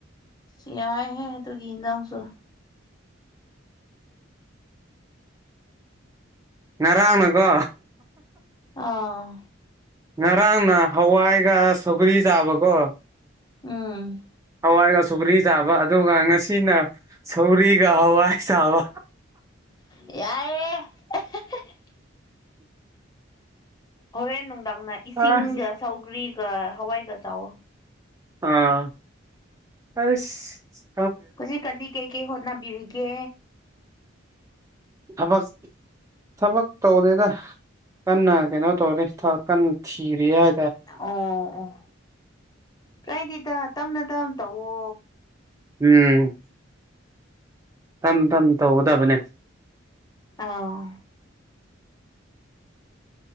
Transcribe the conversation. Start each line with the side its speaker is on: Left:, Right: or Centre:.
Left: ꯑꯥꯁ ꯌꯥꯏꯍꯦ ꯑꯗꯨꯒꯤ ꯏꯟꯁꯥꯡꯁꯨ
Right: ꯉꯔꯥꯡꯅꯀꯣ
Left: ꯑꯥꯑꯥ
Right: ꯉꯔꯥꯡꯅ ꯍꯋꯥꯏꯒ ꯁꯧꯒ꯭ꯔꯤ ꯆꯥꯕꯀꯣ
Left: ꯎꯝ
Right: ꯍꯋꯥꯏꯒ ꯁꯧꯒ꯭ꯔꯤ ꯆꯥꯕ ꯑꯗꯨꯒ ꯉꯁꯤꯅ ꯁꯧꯒ꯭ꯔꯤꯒ ꯍꯋꯥꯏ ꯆꯥꯕ
Left: ꯌꯥꯏꯌꯦ ꯑꯦꯍꯦꯍꯦ ꯍꯣꯔꯦꯟ ꯅꯨꯡꯗꯥꯡꯅ ꯏꯁꯤꯡꯒ
Right: ꯑꯁ
Left: ꯁꯧꯒ꯭ꯔꯤꯒ ꯍꯋꯥꯏꯒ ꯆꯥꯎꯋꯣ
Right: ꯑꯥ ꯑꯩꯁ
Left: ꯍꯧꯖꯤꯛꯀꯥꯟꯗꯤ ꯀꯩꯀꯩ ꯍꯣꯠꯅꯕꯤꯔꯤꯒꯦ
Right: ꯊꯥꯕꯛ ꯊꯕꯛ ꯇꯧꯗꯦꯗ ꯀꯟꯅ ꯀꯩꯅꯣ ꯇꯧꯅꯤ ꯊꯕꯛ ꯀꯟꯅ ꯊꯤꯔꯤ ꯍꯥꯏ
Left: ꯑꯣ ꯑꯣ ꯀꯥꯏꯗꯦꯗ ꯇꯞꯅ- ꯇꯞꯅ ꯇꯧꯋꯣ
Right: ꯎꯝ ꯇꯞꯅ- ꯇꯞꯅ ꯇꯧꯒꯗꯕꯅꯦ
Left: ꯑꯥꯑꯣ